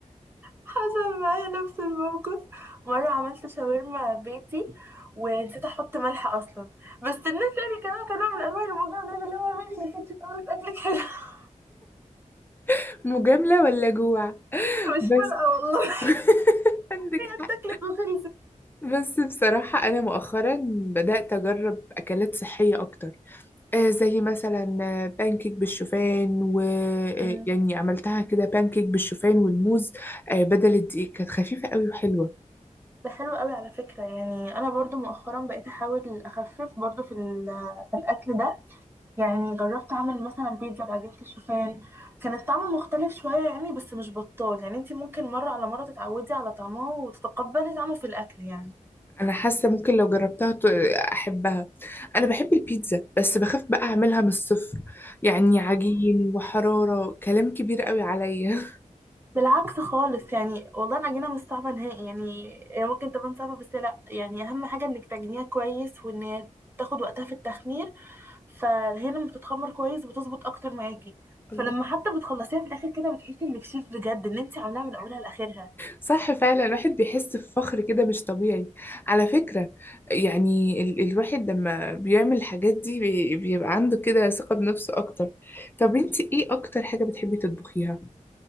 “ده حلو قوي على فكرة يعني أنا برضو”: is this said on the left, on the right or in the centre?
Right